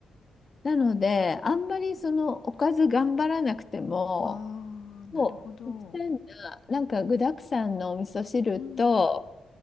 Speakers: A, on the left (about 35°); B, on the left (about 65°).
A: なので、あんまりそのおかず頑張らなくても、
B: ああ、なるほど。
A: そう、極端な、なんか具沢山のお味噌汁と、
B: うんうん。